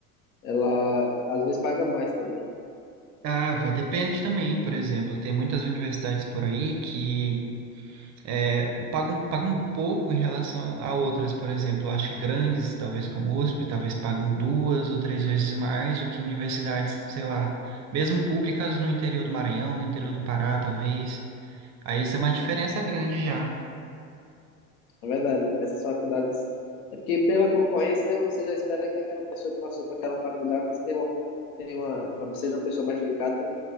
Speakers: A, on the left (about 70°); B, on the right (about 40°).
A: ela às vezes paga mais também.
B: Ah, vai, depende também, por exemplo, tem muitas universidades por aí que é, pagam, pagam pouco em relação a outras, por exemplo, Eu acho que grandes, talvez como USP, talvez pagam duas ou três vezes mais do que universidades, sei lá, mesmo públicas no interior do Maranhão, no interior do Pará, talvez. Aí isso é uma diferença grande já.
A: É verdade. Essas faculdades... É porque pela concorrência, né, você já espera que aquela pessoa que passou para aquela faculdade tenha uma, tenha uma, seja uma pessoa mais dedicada